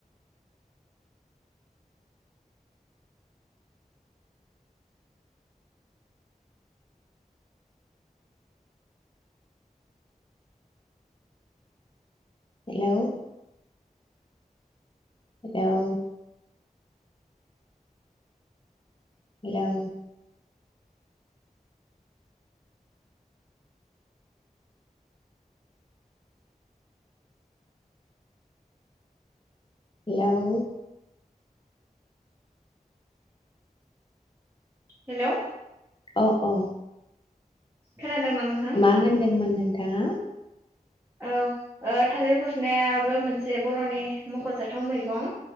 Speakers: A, on the left (about 35°); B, on the right (about 15°).
A: hello hello. Hello. Hello.
B: Hello
A: अ औ
B: खोनादोंना नोंथां
A: मा होनदोंमोन नोंथांङा?
B: औ ओ थालिर फस्लायाबो मोनसे बर'नि मख'जाथाव मैगं।